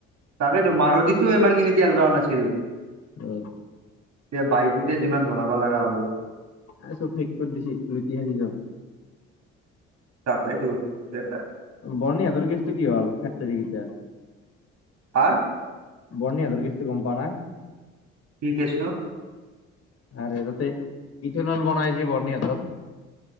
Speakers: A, on the right; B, on the left.
A: তাকেতো, মাৰুতিতো ইমানখিনি তেল যোৱা নাছিল।
B: উম।
A: এতিয়া বাইকোতে যিমান ভৰাব লগা হ'ব।
B: আৰু চব শেষ কৰি দিছ লুটি আছে চব।
A: তাকাইটো দিয়া।
B: বৰ্ণি আগৰ কেছটো কি হ'ল এক তাৰিখ এতিয়া।
A: কাৰ?
B: বৰ্নি আজৰ কেছটো গম পোৱ না?
A: কি কেছ ন?
B: আৰে তাতে ইথেনল বনাই যে বৰ্নিহাতৰ।